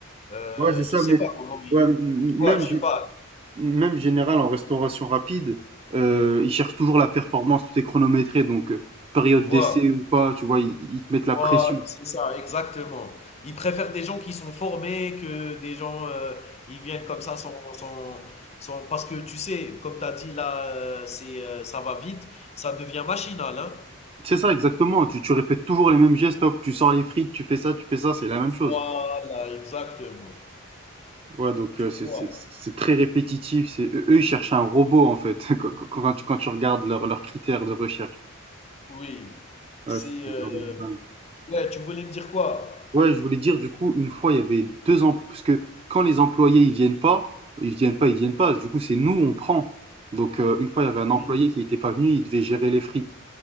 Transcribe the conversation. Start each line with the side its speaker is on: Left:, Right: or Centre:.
Left: heu,
Right: Ouais, c'est ça,
Left: je sais
Right: mais
Left: pas comment ils
Right: ouais, m- m-
Left: tu
Right: même,
Left: vois? Je
Right: gé-
Left: sais pas,
Right: même général en restauration rapide, euh, ils cherchent toujours la performance, tout est chronométré, donc euh, période
Left: tu vois?
Right: d'essai ou pas, tu vois, ils, ils te mettent la
Left: Voi
Right: pression.
Left: c'est ça, exactement. Ils préfèrent des gens qui sont formés que des gens, heu, ils viennent comme ça sans sans sans parce que tu sais, comme tu as dit là, heu, c'est, heu, ça va vite, ça devient machinal, hein.
Right: C'est ça, exactement. Tu, tu répètes toujours les mêmes gestes. Hop, tu sors les frites, tu fais ça, tu fais ça, c'est la même chose.
Left: Voilà, exactement.
Right: Ouais, donc
Left: Tu
Right: euh,
Left: vois?
Right: c'est c'est- c'est- c'est très répétitif. C'est eux, ils cherchent un robot en fait. <laughs> Quand, quand- quand tu quand tu regardes leurs leurs critères de recherche,
Left: Oui, c'est,
Right: ouais, c'est c'est
Left: heu
Right: vraiment dingue.
Left: ouais, tu voulais me dire quoi?
Right: Ouais, je voulais dire du coup, une fois, il y avait deux emplois parce que quand les employés ils viennent pas, ils viennent pas, ils viennent pas. Du coup, c'est nous on prend. Donc euh, une fois, il y avait un employé
Left: Oui,
Right: qui n'était pas venu, il devait gérer les frites.